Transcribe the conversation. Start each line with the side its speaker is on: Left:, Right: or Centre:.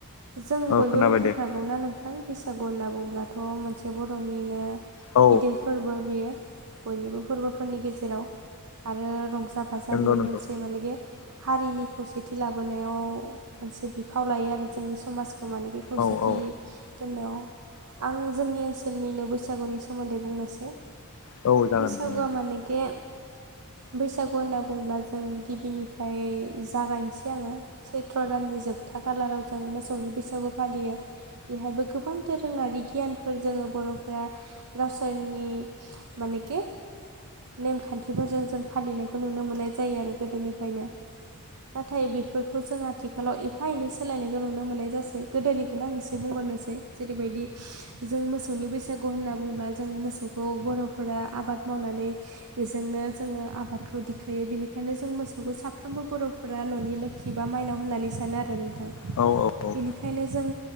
Right: जों
Left: औ
Right: बयबो
Left: खोनाबाय
Right: मिथिखा
Left: दे
Right: गौना नोंथां बैसागु होनना बुंब्लाथ' मोनसे बर'निनो
Left: औ
Right: गिदिर फोरबो बियो बयनिबो फोरबोफोरनि गेजेराव आरो रंजा बाजा
Left: नंगौ
Right: बियो
Left: नंगौ
Right: मोनसे मानेगे हारिनि खौसे खौसेथि लाबोनायाव मोनसे बिफाव लायो आरो जोंनि समाजखौ मानेखि खौसेथि
Left: औ औ
Right: दोनायाव आं जोंनि ओनसोलनिनो बैसागुनि सोमोन्दै बुंनोसै
Left: औ जागोन
Right: बैसागुआ
Left: नोंथां जागोन।
Right: मानेकि बैसागु होनना बुंङोब्ला जों गिबिनिफ्राय जागायनो एसे आङो सैथ्र' दाननि जोबथा खालाराव जों मोसौनि बैसागु फालियो बेहायबो गोबां दोरोङारि गियानफोर जोङो बर'फोरा गावसोरनि मानेखि नेमखान्थिफोरजों जों फालिनायखौ नुनो मोननाय जायो आरो गोदोनिफ्रायनो नाथाय बेफोरखौ जों आथिखालाव एफा एनै सोलायनायखौ नुनो मोननाय जासै गोदोनिखौनो आं एसे बुंग्रोनोसै जेरैबायदि जों मोसौनि बैसागु होनना बुंङोब्ला जों मोसौखौ बर'फोरा आबाद मावनानै बेजोंनो जोङो आबादखौ दिखोयो बेनिखायनो जों मोसौखौ साफ्रोमबो बर' फुर्रा न'नि लोषि बा माइनाव होननानै सानो आरो नोंथां
Left: औ औ औ
Right: बेनिखायनो जों